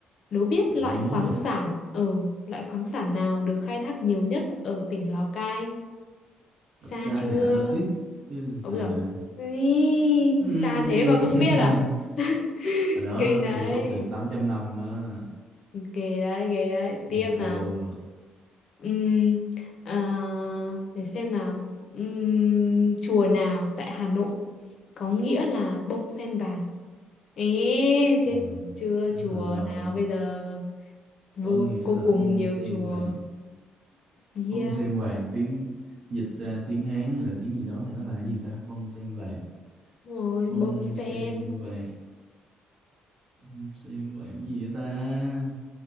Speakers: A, on the left (about 65°); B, on the right (about 65°).
A: đố biết
B: địa
A: loại
B: lý
A: khoáng
B: à
A: sản ở loại khoáng sản nào được khai thác nhiều nhất ở tỉnh Lào Cai xa
B: đất cai
A: chưa
B: thì Apatit Bây giờ-
A: ông rồi Ý,
B: Ừm.
A: xa thế mà cũng
B: <laughs>
A: biết à <laughs>
B: hồi đó
A: kinh đấy
B: thi tốt nghiệp 8 năm đó
A: ghê đấy ghê đấy
B: đưa
A: tiếp nào Ừm, à, để xem nào Ừm, chùa nào tại Hà Nội có nghĩa là bông sen vàng ê chết
B: buồn
A: chưa
B: đã
A: chùa
B: Hà Nội
A: nào bây giờ vô
B: có nghĩa
A: cô
B: là
A: cùng
B: bông
A: nhiều
B: sen
A: chùa
B: vàng
A: yeah
B: bông sen vàng tiếng dịch ra tiếng Hán hay là tiếng gì đó thì nó là cái gì ta bông sen vàng
A: đúng rồi
B: bông
A: bông sen
B: sen vàng bông sen vàng gì vậy ta